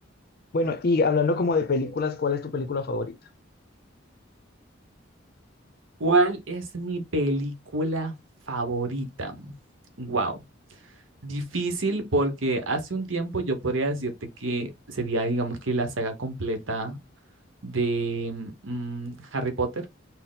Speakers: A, on the left; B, on the right.
A: Bueno, y hablando como de películas, ¿cuál es tu película favorita?
B: ¿Cuál es mi película favorita? Wow. Difícil porque hace un tiempo yo podría decirte que sería, digamos que la saga completa de mm, Harry Potter,